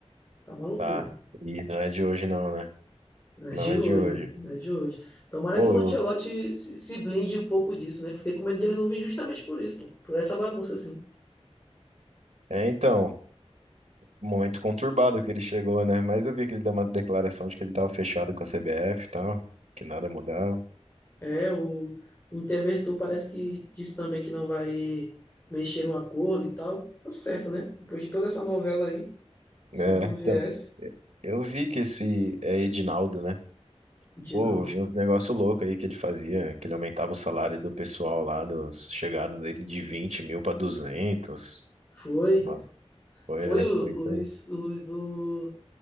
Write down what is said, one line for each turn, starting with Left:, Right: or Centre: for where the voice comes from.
Left: Tá uma loucura.
Right: Tá. E não é de hoje não, né?
Left: Não é
Right: Não
Left: de
Right: é
Left: hoje,
Right: de hoje.
Left: mano. Não é de hoje. Tomara
Right: Pô,
Left: que o Ancelotti
Right: eu...
Left: se, se blinde um pouco disso, né? Fiquei com medo de ele não vir justamente por isso, pô. Por essa bagunça, assim.
Right: É, então, momento conturbado que ele chegou, né? Mas eu vi que ele deu uma declaração de que ele tava fechado com a CBF e tal, que nada mudava,
Left: É, o o Interventor parece que disse também que não vai mexer no acordo e tal. Deu certo, né? Depois de toda essa novela aí, se
Right: né?
Left: ele não viesse,
Right: Então, eu vi que esse é Edinaldo, né?
Left: de
Right: Pô,
Left: não.
Right: eu vi uns negócio louco aí que ele fazia, que ele aumentava o salário do pessoal lá, dos chegada dele de 20 mil pra duzentos
Left: Foi,
Right: Mano, foi,
Left: foi
Right: né?
Left: o-
Right: Foi isso aí.
Left: os, os do,